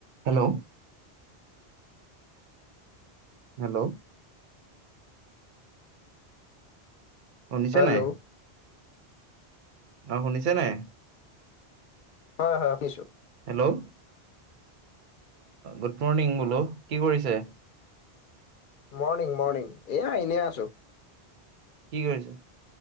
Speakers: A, on the right; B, on the left.
A: হেল্ল'। হেল্ল'। শুনিছা
B: হেল্ল'
A: নাই? অ' শুনিছে নাই?
B: হয় হয়, শুনিছো।
A: হেল্ল' গুড মৰ্ণিং বোলো কি কৰিছে?
B: মৰ্ণিং মৰ্ণিং এয়া এনে আছো।
A: কি কৰিছে?